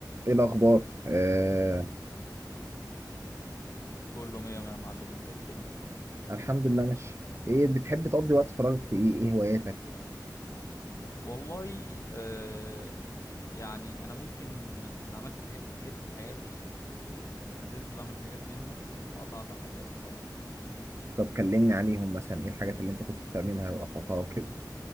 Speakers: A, on the right; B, on the left.
A: ايه الاخبار آه
B: كله مية مية يا معلم انت ايه الدنيا
A: الحمد لله ماشي ايه بتحب تقضي وقت فراغك في ايه ايه هواياتك
B: والله آه يعني انا ممكن اكون عملت حاجات كتير في حياتي وما زلت بعمل حاجات منهم وقطعت حاجات فاهم
A: طب كلمني عليهم مثلا ايه الحاجات اللي انت كنت بتعملها وقطعتها وكده